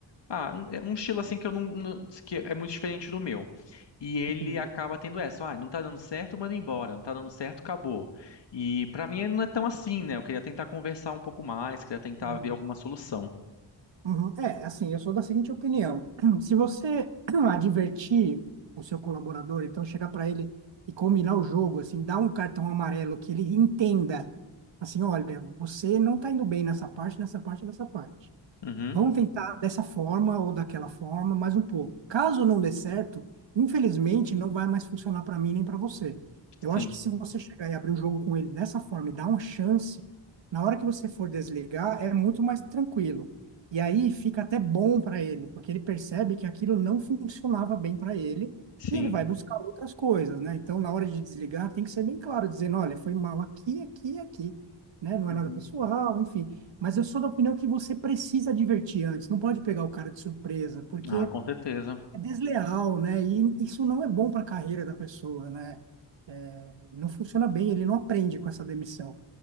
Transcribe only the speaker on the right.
entendi.
Hum.
Uhum. É, assim, eu sou da seguinte opinião. <clears throat> Se você <clears throat> advertir o seu colaborador, então chegar para ele e combinar o jogo, assim, dar um cartão amarelo que ele entenda, assim, olha, você não está indo bem nessa parte, nessa parte, nessa parte.
Vamos tentar dessa forma ou daquela forma, mais um pouco. Caso não dê certo, infelizmente não vai mais funcionar para mim nem para você. Eu
acho que se você chegar e abrir o jogo com ele dessa forma e dar uma chance, na hora que você for desligar, é muito mais tranquilo. E aí fica até bom para ele, porque ele percebe que aquilo não funcionava bem para ele
e ele vai buscar outras coisas, né? Então, na hora de desligar, tem que ser bem claro, dizendo, olha, foi mal aqui, aqui, e aqui, né? Não
é nada pessoal, enfim. Mas eu sou da opinião que você precisa advertir antes, não pode pegar o cara de surpresa, porque
é desleal, né? E isso não é bom para a carreira da pessoa, né? É, não funciona bem, ele não aprende com essa demissão.